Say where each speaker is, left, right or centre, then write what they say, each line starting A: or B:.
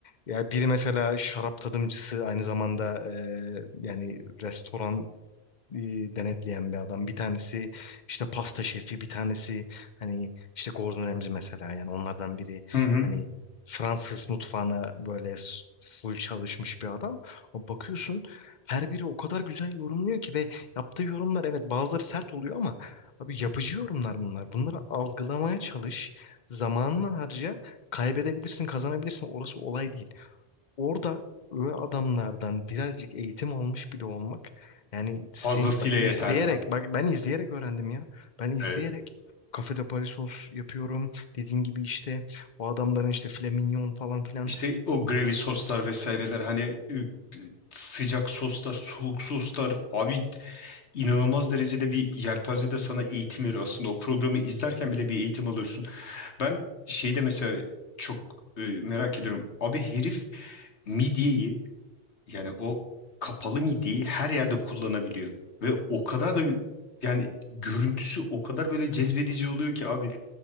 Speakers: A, on the left; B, on the left.
A: ya biri mesela şarap tadımcısı aynı zamanda e, yani restoran e, denetleyen bir adam. Bir tanesi işte pasta şefi, bir tanesi hani işte Gordon Ramsay mesela yani onlardan biri
B: hı hı.
A: hani Fransız mutfağına böyle s- full çalışmış bir adam. O bakıyorsun her biri o kadar güzel yorumluyor ki ve yaptığı yorumlar evet bazıları sert oluyor ama abi yapıcı yorumlar bunlar. Bunları algılamaya çalış, zamanını harca, kaybedebilirsin, kazanabilirsin. Orası olay değil orada öyle adamlardan birazcık eğitim almış bile olmak yani sen
B: fazlasıyla
A: bak
B: yeterli
A: izleyerek
B: abi
A: bak ben izleyerek öğrendim ya. Ben izleyerek
B: evet
A: Cafe de Paris sos yapıyorum. Dediğin gibi işte o adamların işte filet mignon falan filan.
B: İşte o gravy soslar vesaireler hani e, sıcak soslar, soğuk soslar abi inanılmaz derecede bir yelpazede sana eğitim veriyor. Aslında o programı izlerken bile bir eğitim alıyorsun. Ben şeyde mesela çok e, merak ediyorum. Abi herif midyeyi yani o kapalı midiyi her yerde kullanabiliyor. Ve o kadar da yani görüntüsü o kadar böyle cezbedici oluyor ki abi.